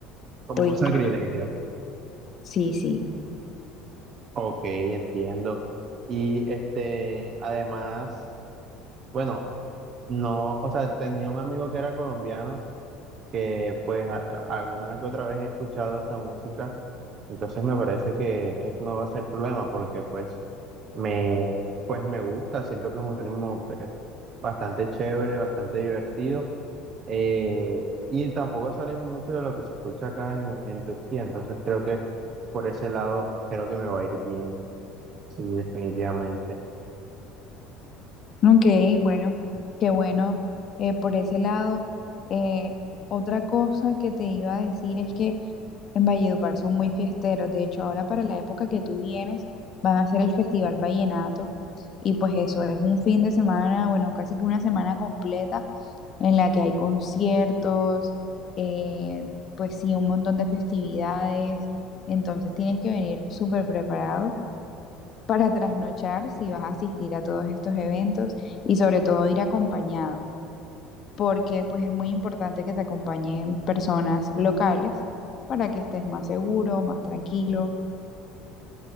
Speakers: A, on the right; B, on the left.
A: Como
B: ¿Oíste?
A: un sacrilegio.
B: Sí, sí.
A: Ok, entiendo. Y este, además, bueno, no, o sea, tenía un amigo que era colombiano, que pues a- a- alguna que otra vez he escuchado esa música, entonces me parece que eso no va a ser problema porque pues me, pues me gusta, siento que es un ritmo pues, bastante chévere, bastante divertido Eh, y tampoco se aleja mucho de lo que se escucha acá en, en Turquía, entonces creo que por ese lado creo que me va a ir bien, sí, definitivamente.
B: Ok, bueno, qué bueno. eh, por ese lado, eh, otra cosa que te iba a decir es que en Valledupar son muy fiesteros. De hecho, ahora para la época que tú vienes, van a hacer el Festival Vallenato. Y pues eso es un fin de semana, bueno, casi que una semana completa en la que hay conciertos, eh, pues sí, un montón de festividades. Entonces tienes que venir súper preparado para trasnochar si vas a asistir a todos estos eventos y sobre todo ir acompañado, porque pues es muy importante que te acompañen personas locales para que estés más seguro, más tranquilo.